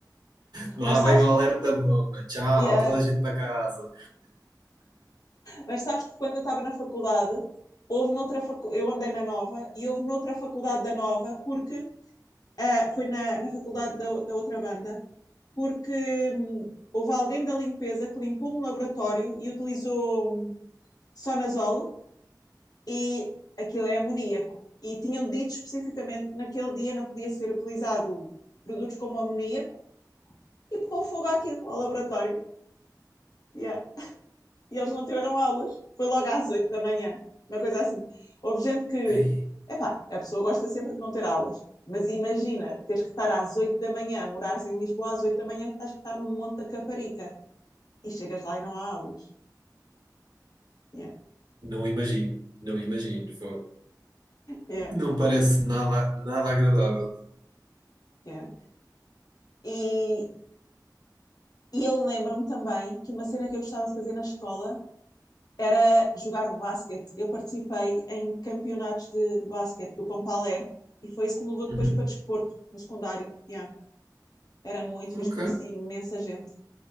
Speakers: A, on the right; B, on the left.
A: Lá
B: mas sabes,
A: vem o alerta de bomba. Tchau,
B: yeah,
A: toda a gente para casa.
B: mas sabes que quando eu estava na faculdade, houve noutra facu, eu andei na Nova e houve noutra faculdade da Nova, porque ah, foi na, na faculdade da, da outra banda, porque hum, houve alguém da limpeza que limpou um laboratório e utilizou hum, Sonazol e aquilo é amoníaco. E tinham dito especificamente que naquele dia não podia ser utilizado produtos como amoníaco e pegou fogo àquilo, ao laboratório. Yeah. E eles não tiveram aulas. Foi logo às 8 da manhã, uma coisa assim. Houve gente que,
A: Ei,
B: epá, a pessoa gosta sempre de não ter aulas, mas imagina, teres que estar às 8 da manhã, morares em Lisboa às 8 da manhã, estás que estar no Monte da Caparica e chegas lá e não há aulas. Yeah,
A: não imagino, não imagino. Fogo.
B: yeah,
A: Não parece nada, nada agradável.
B: yeah. E, e eu lembro-me também que uma cena que eu gostava de fazer na escola era jogar basquete. Eu participei em campeonatos de, de basquete do Compaler e foi isso que me levou
A: Uhum.
B: depois para desporto no secundário. Yeah. Era muito fixe,
A: Ok.
B: conheci imensa gente.